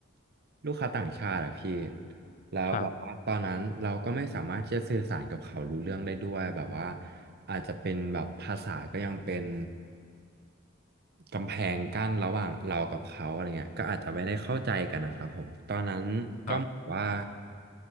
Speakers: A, on the right; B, on the left.
A: ลูกค้าต่างชาติอะพี่แล้วแบบว่าตอนนั้นเราก็ไม่สามารถที่จะสื่อสารกับเขารู้เรื่องได้ด้วยแบบว่า
B: ครับ
A: อาจจะเป็นแบบภาษาก็ยังเป็นกำแพงกั้นระหว่างเรากับเขาอะไรเงี้ยก็อาจจะไม่ได้เข้าใจกันนะครับผมตอนนั้นก็เหมือนว่า
B: ครับ